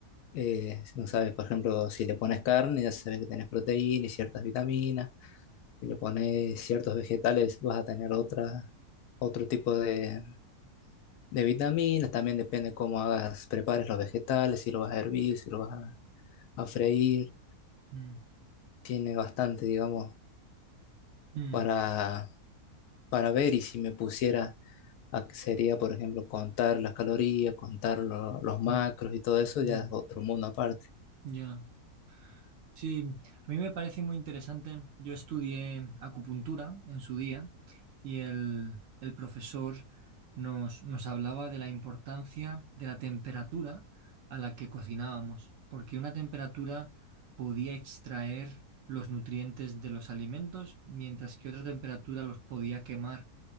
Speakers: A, on the left; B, on the right.
A: eh, si no sabes, por ejemplo, si le pones carne, ya sabes que tenés proteína y ciertas vitaminas, si le pones ciertos vegetales, vas a tener otra, otro tipo de de vitaminas, también depende cómo hagas, prepares los vegetales, si lo vas a hervir, si lo vas a, a freír.
B: Mm,
A: Tiene bastante, digamos,
B: mm,
A: para, para ver y si me pusiera, a- sería, por ejemplo, contar las calorías, contar lo- los macros
B: mm,
A: y todo eso,
B: mm,
A: ya
B: mm.
A: es otro mundo aparte.
B: Ya. Sí, a mí me parece muy interesante. Yo estudié acupuntura en su día y el, el profesor nos, nos hablaba de la importancia de la temperatura a la que cocinábamos, porque una temperatura podía extraer los nutrientes de los alimentos, mientras que otra temperatura los podía quemar